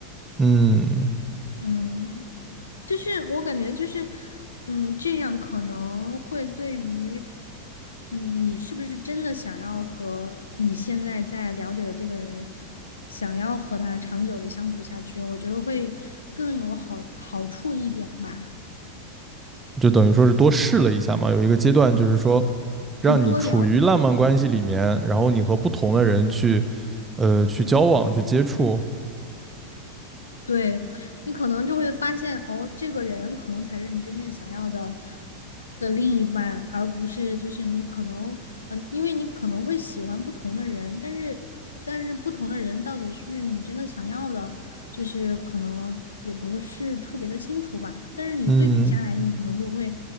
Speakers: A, on the right; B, on the left.
A: 嗯，
B: 嗯，就是我感觉就是，嗯，这样可能会对于，嗯，你是不是真的想要和你现在在了解的这个人，想要和他长久的相处下去，我觉得会更有好好处一点吧。
A: 就等于说是多试了一下嘛，有一个阶段就是说。让你处于浪漫关系里面，
B: 你多了解。
A: 然后你和不同的人去，呃，去交往、去接触。
B: 对，你可能就会发现，哦，这个人可能才是你真正想要的的另一半，而不是就是你可能，嗯、因为你可能会喜欢不同的人，但是但是不同的人到底是不是你真的想要的，就是可能也不是特别的清楚吧。但是你对比下来，
A: 嗯
B: 你可能就会